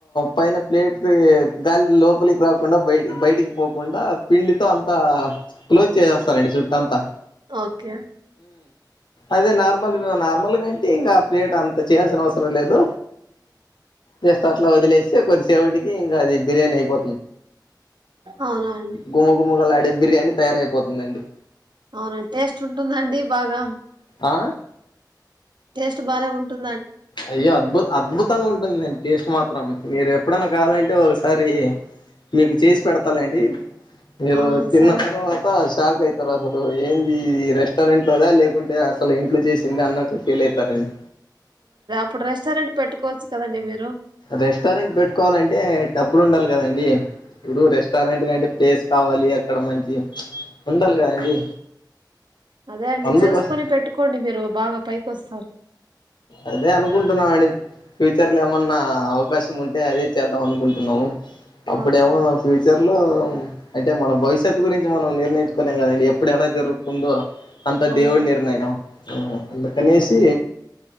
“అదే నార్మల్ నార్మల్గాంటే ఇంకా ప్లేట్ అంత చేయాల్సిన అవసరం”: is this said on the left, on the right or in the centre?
Left